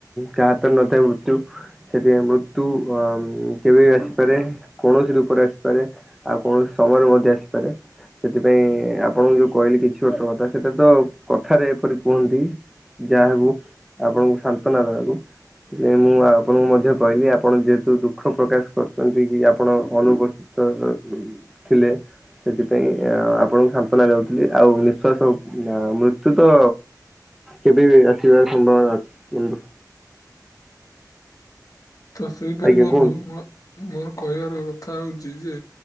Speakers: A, in the centre; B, on the left.
A: କାହା ହାତରେ ନଥାଏ ମୃତ୍ୟୁ। ସେଥିପାଇଁ ମୃତ୍ୟୁ ଆ କେବେ ବି ଆସିପାରେ କୌଣସି ରୂପରେ ଆସିପାରେ। ଆଉ କୌଣସି ସମୟରେ ମଧ୍ୟ ଆସିପାରେ। ସେଥିପାଇଁ ଆପଣଙ୍କୁ ଯୋଉ କହିଲି କିଛି ବର୍ଷ କଥା ସେଟା ତ କଥାରେ ଏପରି କୁହନ୍ତି। ଯାହାକୁ ଆପଣଙ୍କୁ ସାନ୍ତ୍ୱନା ଦେବାକୁ। ଯେ ମୁଁ ଆପଣଙ୍କୁ ମଧ୍ୟ କହିଲି ଆପଣ ଯେହେତୁ ଦୁଃଖ ପ୍ରକାଶ କରୁଚନ୍ତି କି ଆପଣ ଅନୁପସ୍ ତ ଅ ଉ ଥିଲେ ସେଥିପାଇଁ ଆ ଆପଣଙ୍କୁ ସାନ୍ତ୍ୱନା ଯାଉଥିଲି ଆଉ ନିଃଶ୍ଵାସ ଆ ମୃତ୍ୟୁ ତ କେବେ ବି ଆସିବାର ସମ୍ଭାବନା ଅଛି କିନ୍ତୁ
B: ତ ସେହିପରି
A: ଆଜ୍ଞା
B: ବନ୍ଧୁ
A: କୁହନ୍ତୁ
B: ମୋ ମୋ କହିବାର କଥା ହୋଉଚି ଯେ